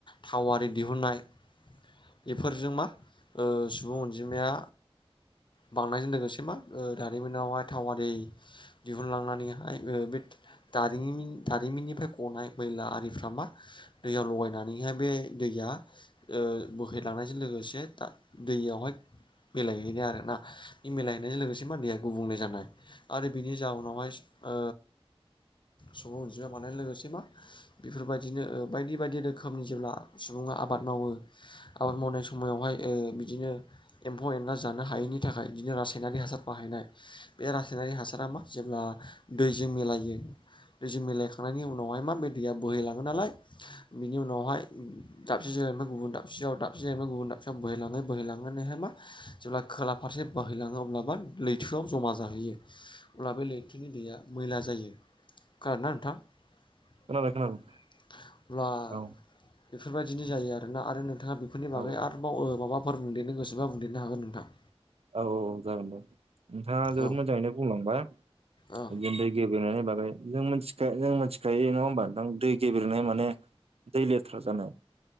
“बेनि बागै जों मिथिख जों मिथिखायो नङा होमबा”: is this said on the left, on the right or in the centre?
Right